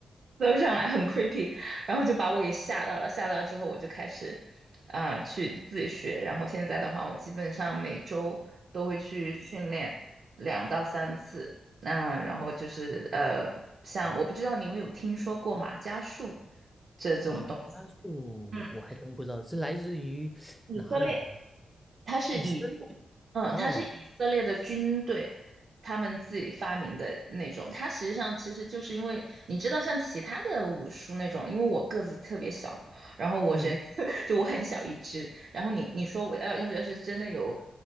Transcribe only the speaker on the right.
走上来很
creepy，然后就把我给吓到了。吓到之后，我就开始，啊、去自学。然后现在的话，我基本上每周都会去训练两到三次。那、然后就是呃，像我不知道你有没有听说过马伽术
这种东西。
嗯，以色列。它是以
嗯，
它是以色列的军队，他们自己发明的那种。它实际上其实就是因为你知道，像其他的武术那种，因为我个子特别小，然后我人
<laughs> 就我很小一只，然后你你说我要要是要是真的有